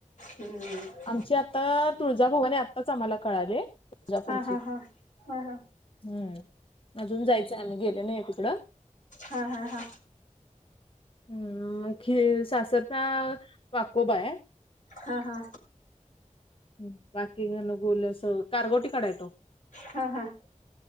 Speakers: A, on the left; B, on the left.
A: हम्म
B: आमची आता तुळजाभवाने आताच आम्हाला कळाले. तुळजापूरची
A: हा हा हा हा हा.
B: हम्म अजून जायचं आम्ही गेले नाही तिकडं.
A: हा हा हा.
B: हम् म खि सासरचा वाकोबा अय.
A: हा हा
B: ह बाकी घन गुोल अस कारगोटी काढाय तो
A: हा हा